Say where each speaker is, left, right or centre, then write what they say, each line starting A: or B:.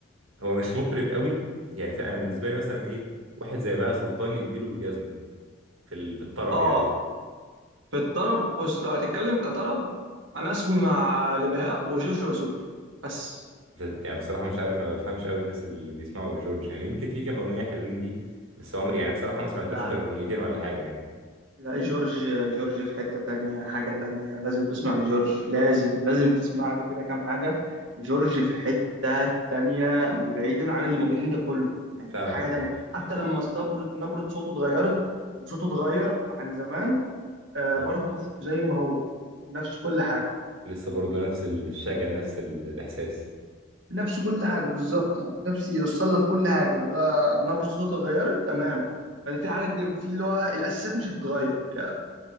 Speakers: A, on the right; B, on the right.
A: هو مش مطرب قوي يعني فانا بالنسبة لي مثلا ايه واحد زي بقى سلطان يديله الجزم في ال... في الطرب
B: اه
A: يعني
B: في الطرب بص لو هتتكلم كطرب انا اسمع لبهاء وجورج وسوف بس
A: بت- يعني بصراحة مش عارف ما بفهمش قوي الناس اللي بيسمعوا جورج يعني يمكن في كام اغنية حلوين ليه بس عمري يعني بصراحة ما سمعتوش
B: لا
A: غير
B: لا
A: اغنيتين ولا حاجة يعني
B: لا جورج جورج في حتة تانية حاجة تانية لازم تسمع لجورج لازم لازم تسمع له كده كام حاجة جورج في حتة تانية بعيدا عن اللي موجودين ده كله يعني
A: فعلا
B: حاجة
A: والله
B: تانية حتى لما استبر نبرة صوته اتغيرت وصوته اتغير عن زمان آه
A: مم.
B: برضه زي ما هو نفس كل حاجة
A: لسه برضو نفس الشجن نفس ال- الاحساس
B: بنفس كل حاجه بالظبط يعني بنفس يوصل لك كل حاجه لا نبره صوته اتغيرت تمام يعني في حاجات في اللي هو الاساسيات مش هتتغير يعني